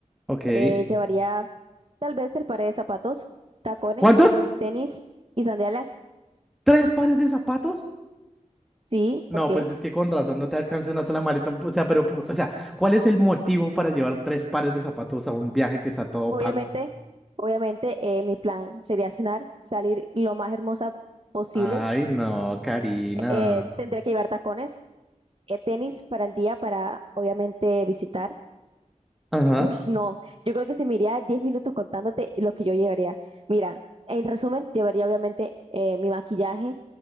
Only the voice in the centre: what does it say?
Ok.
¿Cuántos?
¿Tres pares de zapatos?
No,
pues es que con razón no te alcanza una sola maleta. O sea, pero, o sea, ¿cuál es el motivo para llevar tres pares de zapatos a un viaje que está todo
pago?
Ay, no, Karina.
Ajá.